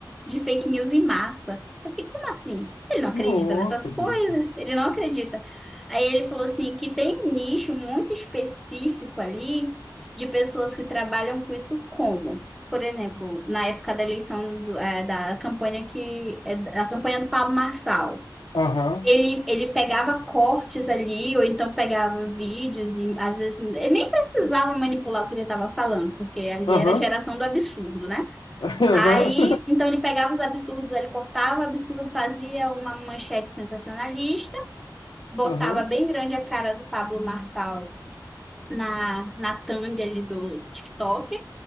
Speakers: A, in the centre; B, on the left (about 80°).
A: de fake news em massa. Eu fiquei, como assim? Ele não acredita
B: Nossa,
A: nessas coisas,
B: bicho.
A: ele não acredita. Aí ele falou assim: que tem um nicho muito específico ali de pessoas que trabalham com isso como? Por exemplo, na época da eleição do- eh, da campanha que é da campanha do Pablo Marçal.
B: Aham,
A: Ele, ele pegava cortes ali, ou então pegava vídeos, e às vezes ele nem precisava manipular o que ele estava falando, porque ali
B: aham,
A: era a geração do absurdo, né?
B: <laughs>
A: Aí, então ele pegava os absurdos, ele cortava o absurdo, fazia uma manchete sensacionalista, botava
B: aham,
A: bem grande a cara do Pablo Marçal na, na thumb ali do, do TikTok,